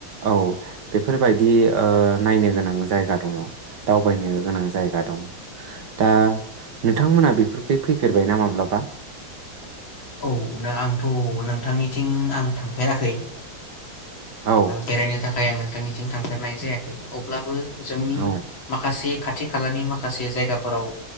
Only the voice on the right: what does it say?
औ बेफोरबायदि नायनो गोनां जायगा दङ दावबायनो गोनां जायगा दं दा नोंथांमोना बेफोरखै। फैफेरबायना माब्लाबा
औ
औ